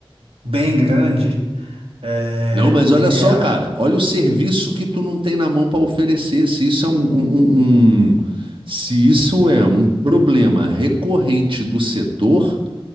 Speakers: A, on the right; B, on the right.
A: bem grande, é,
B: Não, mas
A: o
B: olha
A: ideal,
B: só, cara, olha o serviço que tu não tem na mão para oferecer. Se isso é um, um- um- um- se isso é um problema recorrente do setor,